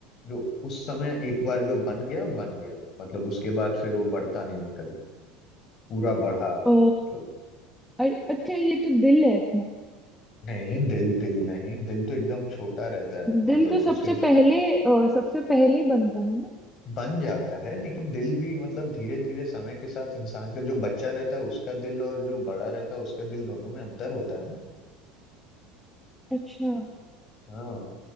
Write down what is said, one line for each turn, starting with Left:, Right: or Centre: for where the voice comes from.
Left: जो उस समय एक बार जो बन गया बन गया मतलब उसके बाद फिर वो बढ़ता नहीं है कभी पूरा बढ़ा आता
Centre: अ,
Left: है मतलब
Centre: अरे अच्छा ये तो दिल है अपना।
Left: नहीं दिल दिल नहीं दिल तो एकदम छोटा रहता है मतलब
Centre: दिल तो सबसे
Left: उसके
Centre: पहले अ, सबसे पहले बनता है ना
Left: बन जाता है लेकिन दिल भी मतलब धीरे धीरे समय के साथ इंसान का जो बच्चा रहता है उसका दिल और जो बड़ा रहता है उसका दिल दोनों में अंतर होता है ना
Centre: अच्छा
Left: हाँ